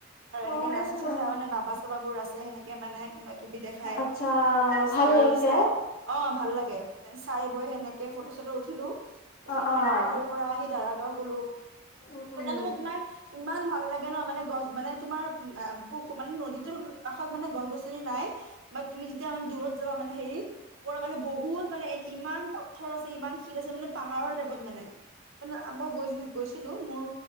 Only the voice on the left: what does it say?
অ',
আচ্ছা
ভাল
লাগিছে।
অ',
অ',
উম,
উম,